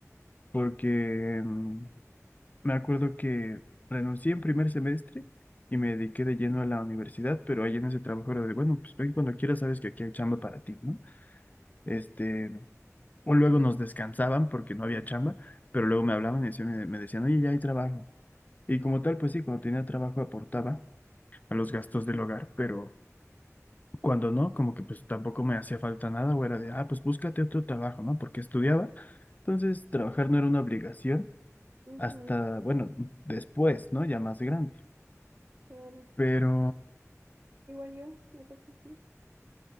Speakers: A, on the left (about 30°); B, on the right (about 40°).
A: porque mm, me acuerdo que renuncié en primer semestre y me dediqué de lleno a la universidad, pero ahí en ese trabajo era de, bueno, pues ven cuando quieras, sabes que aquí hay chamba para ti, ¿no? Este, O luego nos descansaban porque no había chamba, pero luego me hablaban y decían- me, me decían, oye, ya hay trabajo. Y como tal, pues sí, cuando tenía trabajo aportaba a los gastos del hogar, pero cuando no, como que pues tampoco me hacía falta nada o era de, ah, pues búscate otro trabajo, ¿no? Porque estudiaba. Entonces, trabajar no era una obligación
B: Ujú,
A: hasta, bueno, después, ¿no? Ya más grande.
B: claro.
A: Pero
B: Igual yo, me pasó así.